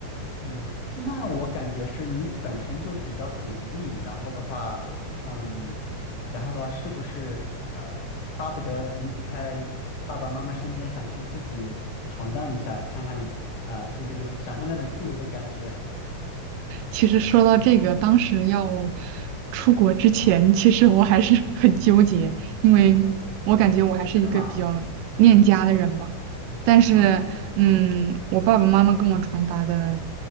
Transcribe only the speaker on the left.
嗯，那我感觉是你本身就比较独立，然后的话，嗯，然后的话，是不是呃，巴不得离开爸爸妈妈身边，想去自己闯荡一下，看看啊，呃就是有享受那种自由的感觉，
是吗？
啊，